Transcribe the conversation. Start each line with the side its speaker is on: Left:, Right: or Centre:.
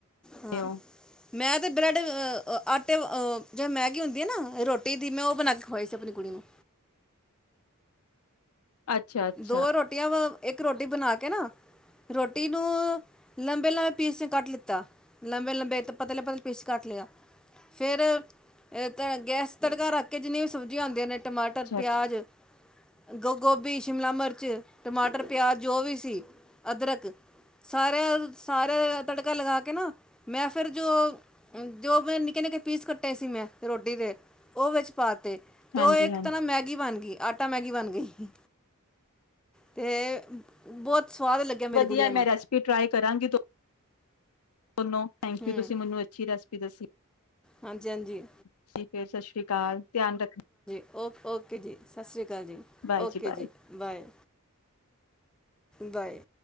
Left: ਨੇ
Centre: ਹਾਂ
Left: ਉਹ
Centre: ਮੈਂ ਤਾਂ ਬਰੈਡ ਆ ਆਟੇ ਅਹ ਜੋ ਮੈਗੀ ਹੁੰਦੀ ਆ ਨਾ ਰੋਟੀ ਦੀ ਮੈਂ ਉਹ ਬਣਾ ਕੇ ਖਵਾਈ ਸੀ ਆਪਣੀ ਕੁੜੀ ਨੂੰ,
Left: ਅੱਛਾ ਅੱਛਾ
Centre: ਦੋ ਰੋਟੀਆਂ ਵ, ਇੱਕ ਰੋਟੀ ਬਣਾ ਕੇ ਨਾ, ਰੋਟੀ ਨੂੰ ਲੰਬੇ-ਲੰਬੇ ਪੀਸ ਨੇ ਕੱਟ ਲਿੱਤਾ ਲੰਬੇ-ਲੰਬੇ ਪਤਲੇ-ਪਤਲੇ ਪੀਸ ਕੱਟ ਲਿਆ ਫਿਰ ਤਾਂ ਗੈਸ, ਤੜਕਾ ਰੱਖ ਕੇ ਜਿੰਨੇ ਸ ਆਦੇ ਨੇ, ਟਮਾਟਰ
Left: ਅੱਛਾ
Centre: ਪਿਆਜ਼
Left: ਅੱਛਾ
Centre: ਗ ਗੋਭੀ ਸ਼ਿਮਲਾ ਮਿਰਚ ਟਮਾਟਰ ਪਿਆਜ਼ ਜੋ ਵੀ ਸੀ ਅਦਰਕ ਸਾਰਿਆਂ ਸਾਰਾ ਤੜਕਾ ਲਗਾ ਕੇ ਨਾ ਮੈਂ ਫਿਰ ਜੋ-ਜੋ ਮੈਂ ਨ ਨਿਕੇ-ਨਿਕੇ ਪੀਸ ਕੱਟੇ ਸੀ ਮੈਂ, ਰੋਟੀ ਦੇ ਉਹ ਵਿੱਚ ਪਾ ਤੇ
Left: ਹਾਂਜੀ
Centre: ਉਹ ਇੱਕ
Left: ਹਾਂਜੀ
Centre: ਤਾਂ ਨਾ ਮੈਗੀ ਬਣ ਗਈ। ਆਟਾ ਮੈਗੀ ਬਣ ਗਈ। ਤੇ ਬਹੁਤ, ਸਵਾਦ ਲੱਗਿਆ ਮੇਰੀ
Left: ਵਧੀਆ
Centre: ਗੁੜੀਆਂ ਨੂੰ
Left: ਮੈਂ ਰੈਸਪੀ ਟਰਾਈ ਕਰਾਂਗੀ ਤ ਦੋਨੋ ਥੈਂਕ
Centre: ਹੂੰ
Left: ਯੂ ਤੁਸੀਂ ਮੈਨੂੰ ਅੱਛੀ ਰੈਸਪੀ, ਦੱਸੀ।
Centre: ਹਾਂਜੀ ਹਾਂਜੀ
Left: ਠੀਕ ਐ ਸਤਿ ਸ੍ਰੀ ਅਕਾਲ ਧਿਆਨ ਰੱਖ
Centre: ਔਫ ਔਫ <unintelligible> ਓਕੇ ਜੀ ਸਤਿ ਸ਼੍ਰੀ ਅਕਾਲ ਜੀ
Left: ਬਾਏ
Centre: ਓਕੇ
Left: ਬਾਏ।
Centre: ਜੀ ਬਾਏ। ਬਾਏ,